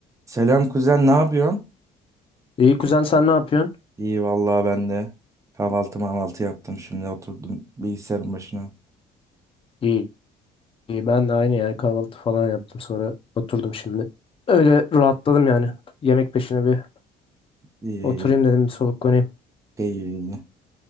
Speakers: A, on the right (about 20°); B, on the left (about 30°).
A: Selam kuzen, ne yapıyorsun?
B: İyi kuzen sen ne yapıyorsun?
A: İyi vallahi ben de kahvaltı mahvaltı yaptım şimdi oturdum bilgisayarın başına.
B: İyi, iyi ben de aynı ya kahvaltı falan yaptım sonra oturdum şimdi. Öyle rahatladım yani. Yemek peşine bir
A: İyi
B: oturayım
A: iyi.
B: dedim bir soluklanayım.
A: iyi, iyi, iyi.